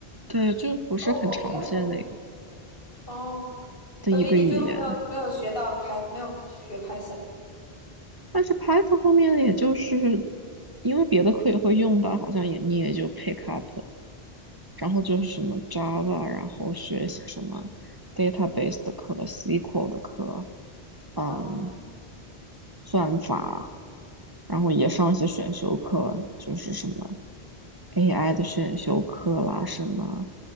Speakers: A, on the right (about 20°); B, on the left (about 60°).
A: 对，就不是很常见的一个
B: 哦，OCaml，哦。
A: 的一个语言，
B: 等于你最后没有没有学到 Py，没有学 Python
A: 但是 Python 后面也就是因为别的课也会用到，好像也你也就 pick up。然后就是什么 Java，然后学一些什么 database 的课、SQL 的课，嗯，
B: 啊？
A: 算法，然后也上一些选修课，就是什么 AI 的选修课啦，什么